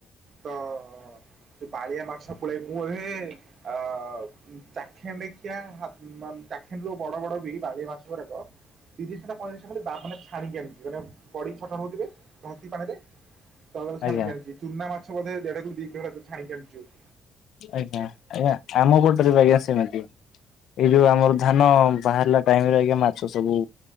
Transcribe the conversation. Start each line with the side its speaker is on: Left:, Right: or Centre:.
Right: ତ ବାଲିଆ ମାଛ ପିଳେଇ ପ ହେ ଅ ଚାଖେଣ୍ଡେ ଖିଆ ଚାଖେଣ୍ଡରୁ ବଡ ବଡ ବି ବାଲିଆ ମାଛ ଗୁରା କ ତିରିଶ ଟା ନା ପଇଁତିରିଶଟା ଖାଲି ବା ମାନେ ଛାଣିକି ଆଣିଛି ମାନେ ପଡି ଛଟ ପଟ ହେଉଥିବେ ଭାଷିକି ପାଣିରେ। <unintelligible>
Left: ଆଜ୍ଞା
Right: ଛାଣିକି ଆଣିଛି ଚୁନା ମାଛ ବୋଧେ ଦେଢ କିଲୋ ଦି କିଲ ଖଣ୍ଡେ ଛାଣିକି ଆଣିଚୁ -
Left: ଆଜ୍ଞା ଆଜ୍ଞା ଆମ ପଟରେ ବି ଆଜ୍ଞା ସେମିତି। ଏଇ ଯୋଉ ଆମର ଧାନ ବାହାରିଲା ଟାଇମ ରେ ଆଜ୍ଞା ମାଛ ସବୁ